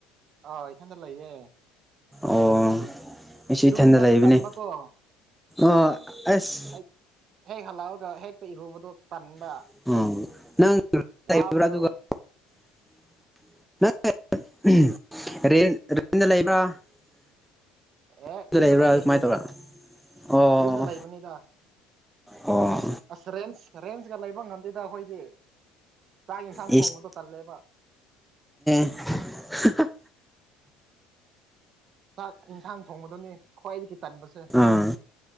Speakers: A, on the right (about 45°); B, in the centre.
A: ꯑꯧ ꯏꯊꯟꯗ ꯂꯩꯌꯦ
B: ꯑꯣꯑꯣ ꯑꯩꯁꯨ
A: ꯏꯔꯨꯅꯤꯡꯉꯥꯏꯁꯨ
B: ꯏꯊꯟꯗ ꯂꯩꯕꯅꯦ
A: ꯇꯟꯕꯀꯣ
B: ꯑꯣ ꯑꯁ
A: ꯑꯩ ꯍꯦꯛ ꯍꯜꯂꯛꯑꯒ ꯍꯦꯛꯇ ꯏꯔꯨꯕꯗꯣ ꯇꯟꯕ
B: <unintelligible>
A: ꯋꯥꯕꯗꯣ
B: <unintelligible>
A: ꯑꯦ
B: ꯑꯗꯨꯗ
A: ꯌꯨꯝꯗ
B: ꯂꯩꯕ꯭ꯔꯥ
A: ꯂꯩꯌꯦ
B: ꯀꯃꯥꯏꯅ
A: ꯌꯨꯝꯗꯅꯦ
B: ꯇꯧꯔ ꯑꯣ
A: ꯌꯨꯝꯗ ꯂꯩꯕꯅꯤꯗ
B: ꯑꯣ
A: ꯑꯁ ꯔꯦꯟꯁ ꯔꯦꯟꯁꯀ ꯂꯩꯕ ꯉꯝꯗꯦꯗ ꯑꯩꯈꯣꯏꯗꯤ ꯆꯥꯛ ꯌꯦꯟꯁꯥꯡ
B: ꯏꯁ
A: ꯊꯣꯡꯕꯗꯣ ꯇꯜꯂꯦꯕ
B: ꯍꯤ ꯍꯥ
A: ꯆꯥꯛ ꯌꯦꯟꯁꯥꯡ ꯊꯣꯡꯕꯗꯨꯅꯦ ꯈ꯭ꯋꯥꯏꯗꯒꯤ ꯇꯟꯕꯁꯦ
B: ꯑꯥ